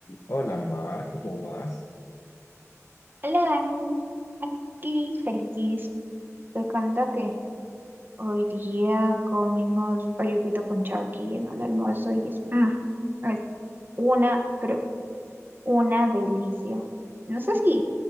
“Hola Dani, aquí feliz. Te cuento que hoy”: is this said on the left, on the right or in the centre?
Right